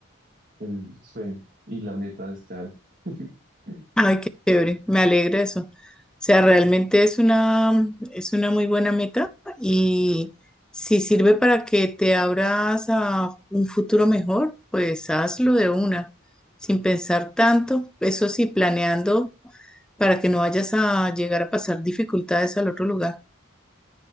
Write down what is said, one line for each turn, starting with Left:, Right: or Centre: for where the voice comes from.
Right: el sueño y la meta de este año. <laughs>
Centre: Ay, qué chévere, me alegra eso. O sea, realmente es una, es una muy buena meta y si sirve para que te abras a un futuro mejor, pues hazlo de una, sin pensar tanto, eso sí, planeando para que no vayas a llegar a pasar dificultades al otro lugar.